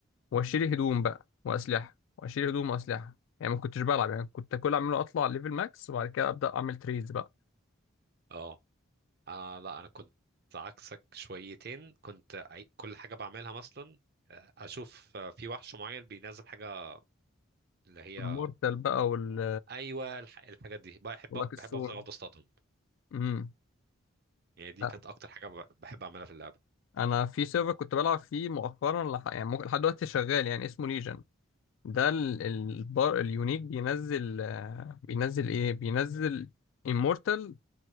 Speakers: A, on the left; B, on the right.
A: واشتري هدوم بقى واسلحه واشتري هدوم واسلحه يعني ما كنتش بلعب يعني كنت كل اعمله اطلع ليفل ماكس وبعد كده ابدا اعمل تريدز بقى
B: اه آه لا انا كنت عكسك شويتين كنت عي- كل حاجه بعملها مثلا آه، اشوف آه، في وحش معين بينزل حاجه اللي هي
A: المورتال بقى وال
B: ايوه الح- الحاجات دي بحب
A: واللاك السون
B: بحب افضل اقعد اصطادهم
A: امم
B: يعني دي
A: لا
B: كانت اكتر حاجه ب- بحب اعملها في اللعبه
A: انا في سيرفر كنت بلعب فيه مؤخرا لح... يعني ممكن لحد دلوقتي شغال يعني اسمه ليجن ده ال- البار اليونيك بينزل آه، بينزل ايه بينزل immortal